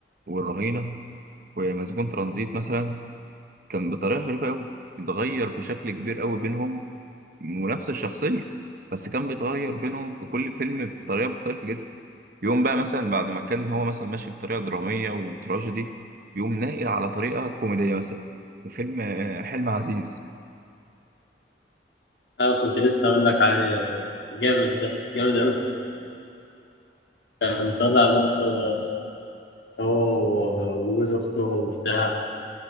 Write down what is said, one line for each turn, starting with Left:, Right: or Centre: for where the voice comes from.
Right: والرهينة ومسجون ترانزيت مثلا كان بطريقة غريبة أوي اتغير بشكل كبير أوي بينهم ونفس الشخصية بس كان بيتغير بينهم في كل فيلم بطريقة مختلفة جدا يقوم بقى مثلا بعد ما كان هو مثلا ماشي بطريقة درامية وتراجيدي يقوم ناقل على طريقة كوميدية مثلا في فيلم آه، حلم عزيز
Left: أنا كنت لسه أقول لك عليه جامد ده جامد أوي كان طالع برضه هو و- وجوز أخته وبتاع